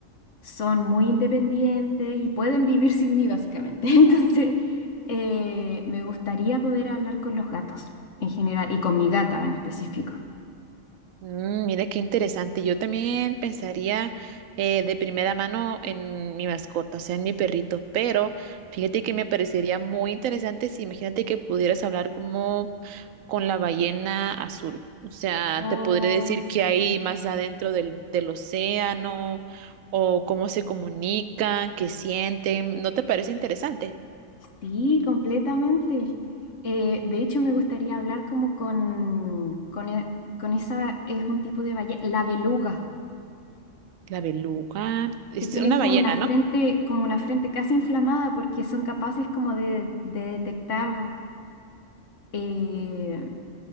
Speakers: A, on the left; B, on the right.
A: Son muy independientes y pueden vivir sin mí, básicamente. <laughs> Entonces, eh, me gustaría poder hablar con los gatos en general y con mi gata en específico.
B: Mm, mira qué interesante. Yo también pensaría eh, de primera mano en mi mascota, o sea, en mi perrito, pero fíjate que me parecería muy interesante si imagínate que pudieras hablar como con la ballena azul. O sea,
A: Oh,
B: te podré decir qué
A: sí.
B: hay más adentro del, del océano o cómo se comunican, qué sienten. ¿No te parece interesante?
A: Sí, completamente. Eh, de hecho, me gustaría hablar como con, con, e- con esa, es un tipo de ballena, la beluga,
B: La beluga es
A: que tienen
B: una
A: como
B: ballena,
A: una Ah. frente,
B: ¿no?
A: como una frente casi inflamada porque son capaces como de, de detectar eh,